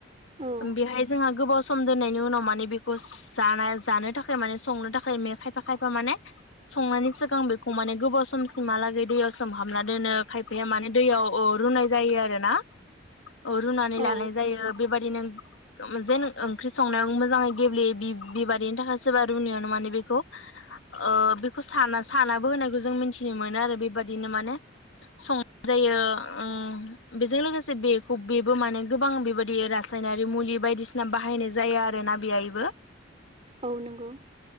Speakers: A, on the right (about 30°); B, on the left (about 80°).
A: औ
B: बेहाय जोंहा गोबाव सम दोननायनि उनाव माने बेखौ जानाय जानो थाखाय माने संनो थाखाय मे खायफा खायफा माने संनायनि सिगां बेखौ माने गोबाव समसिमहालागै दैयाव सोम हाबना दोनो खायफाया माने दैयाव ओ रुनाय जायो आरो ना। औ रुनानै लानाय
A: औ
B: जायो बेबादिनो ओम जेन ओंख्रि संनायाव मोजाङै गेब्लेयो बिब बिबारैनि थाखाय सोरबा रुनायावनो माने बेखौ ओ बेखौ साना सानाबो होनायखौ जों मिथि मोनो आरो बेबादिनो माने संनाय जायो ओ बेजों लोगोसे बेखौ बेबो माने गोबां बेबादि रासायनारि मुलि बायदिसिना बाहायनाय जायो आरोना बेहायबो।
A: औ नोंगौ।